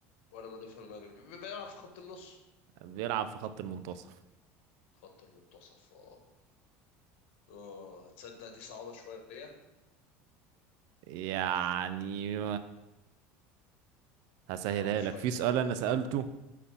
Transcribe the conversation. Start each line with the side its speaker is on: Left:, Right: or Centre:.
Left: ولا مدافع ولا مهاجم بي- بيلعب في خط النص
Right: بيلعب في خط المنتصف
Left: خط المنتصف اه اه تصدق دي صعبة شوية
Right: يعني هسهلها
Left: صعبة شوية
Right: لك في سؤال انا سألته